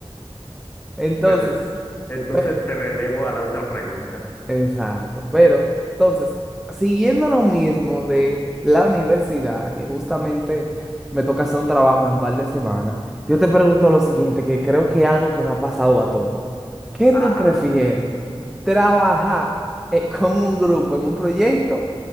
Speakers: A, in the centre; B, on the left (about 20°).
A: Entonces,
B: Bueno, entonces
A: pe-
B: te relevo a la otra pregunta.
A: exacto, pero entonces, siguiendo lo mismo de la universidad, que justamente me toca hacer un trabajo en un par de semanas, yo te pregunto lo siguiente, que creo que es algo que nos ha pasado a todos. ¿Qué
B: Ajá.
A: tú prefieres? ¿Trabajar eh, con un grupo en un proyecto